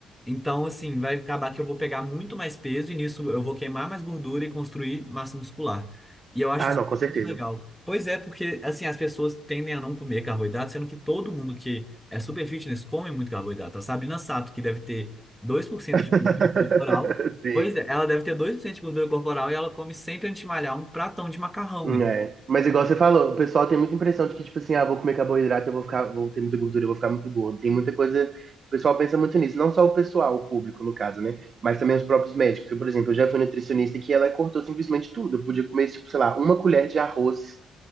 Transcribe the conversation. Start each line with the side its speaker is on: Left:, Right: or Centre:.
Centre: Então, assim, vai acabar que eu vou pegar muito mais peso e nisso eu vou queimar mais gordura e construir massa muscular. E eu acho
Right: Ah,
Centre: isso
Right: não, com certeza.
Centre: muito legal. Pois é, porque, assim, as pessoas tendem a não comer carboidrato, sendo que todo mundo que é super fitness come muito carboidrato. A Sabrina Sato, que deve ter 2%
Right: <laughs>
Centre: de gordura corporal,
Right: Sim.
Centre: pois é, ela deve ter 2% de gordura corporal e ela come sempre antes de malhar um pratão de macarrão. Então,
Right: É. Mas igual você falou, o pessoal tem muita impressão de que, tipo assim, ah, vou comer carboidrato, eu vou ficar, vou ter muita gordura, eu vou ficar muito gordo. Tem muita coisa. O pessoal pensa muito nisso. Não só o pessoal, o público, no caso, né? Mas também os próprios médicos. Eu, por exemplo, eu já fui nutricionista que ela cortou simplesmente tudo. Eu podia comer, tipo, sei lá, uma colher de arroz,